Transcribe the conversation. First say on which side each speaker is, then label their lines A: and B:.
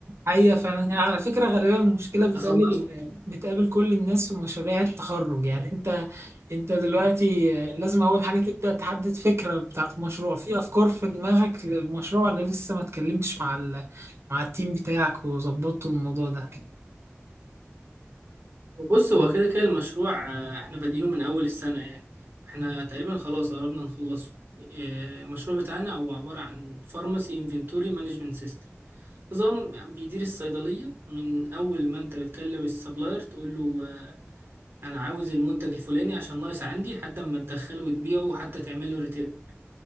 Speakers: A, on the right (about 65°); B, on the right (about 50°).
A: حقيقة فعلا هي على فكرة غالبا المشكلة بتقابل
B: خلصت
A: بتقابل كل الناس في مشاريع التخرج يعني انت انت دلوقتي لازم اول حاجة تبدأ تحدد فكرة بتاعت مشروع في افكار في دماغك للمشروع ولا لسه ما اتكلمتش مع ال... مع التيم بتاعك وظبطتوا الموضوع ده
B: وبص هو كده كده المشروع آه، احنا بادئينه من اول السنة يعني احنا تقريبا خلاص قربنا نخلصه آه، المشروع بتاعنا هو عبارة عن فارماسي انفنتوري مانجمنت سيستم نظام بيدير الصيدلية من أول ما أنت بتكلم السبلاير تقول له آه، أنا عاوز المنتج الفلاني عشان ناقص عندي لحد ما تدخله وتبيعه وحتى تعمل له ريتيرن